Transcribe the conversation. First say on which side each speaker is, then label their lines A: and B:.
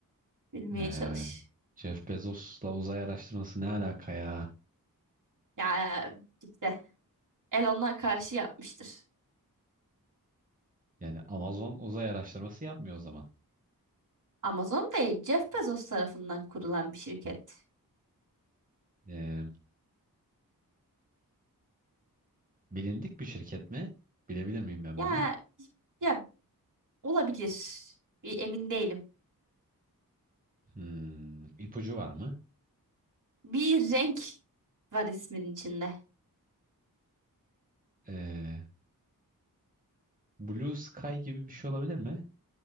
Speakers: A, on the right; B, on the right.
A: Bilmeye
B: Ee,
A: çalış.
B: Jeff Bezos'la uzay araştırması ne alaka ya?
A: Ya işte Elon'a karşı yapmıştır.
B: Yani Amazon uzay araştırması yapmıyor o zaman.
A: Amazon değil, Jeff Bezos tarafından kurulan bir şirket.
B: Ee, bilindik bir şirket mi? Bilebilir miyim ben
A: Ya
B: bunu?
A: ya olabilir. Bir emin değilim.
B: Hmm, ipucu var mı?
A: Bir renk var ismin içinde.
B: Ee, Blue Sky gibi bir şey olabilir mi?